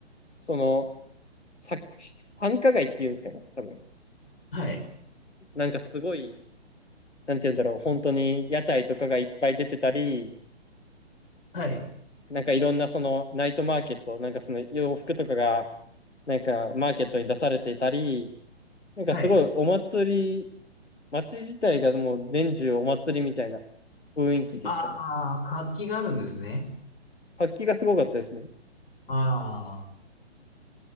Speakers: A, on the left; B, on the left.
A: その、さ、繁華街っていうんですかね、多分。
B: はい、
A: なんかすごい、なんて言うんだろう、本当に屋台とかがいっぱい出てたり、
B: はい、
A: なんかいろんなそのナイトマーケット、なんかその洋服とかが、なんかマーケットに出されていたり、なんかすごいお祭り、
B: はい。
A: 街自体がもう年中お祭りみたいな雰囲気でしたね。
B: ああ、活気があるんですね。
A: 活気がすごかったですね。
B: あ